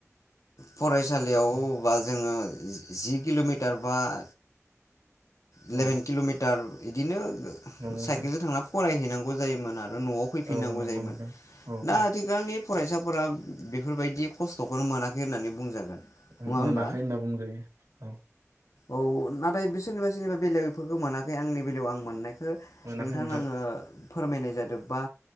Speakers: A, on the left; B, on the right.
A: फरायसालियावबा
B: औ
A: जोङो जि किल'मि हथारबाद इलेभेन
B: औ
A: किल'मिटार इदिनो ओ
B: नंगौ नोंथां
A: साइकेलजों थांनानै फराय हैनांगौ जायोमोन आरो। न'आव फैफिननांगौ
B: औ नंगौ
A: जायोमोन
B: नोंथां औ
A: दा
B: औ
A: आथिखालनि फरायसाफोरा बेफोरबायदि खस्थ'खौनो मोनाखै होननानै बुंजागोन
B: ओ
A: नङा
B: मोनाखै
A: होमबा
B: होनना बुंजायो औ
A: औ नाथाय बे सोरनिबा सोरनिबा बेलायाव बेफोरखौ मोनाखै आंनि बेलायाव आं मोननाय ओ
B: मोनाखै
A: नोंथांनो
B: नोंथां
A: आङो फोरमायनाय जादो बा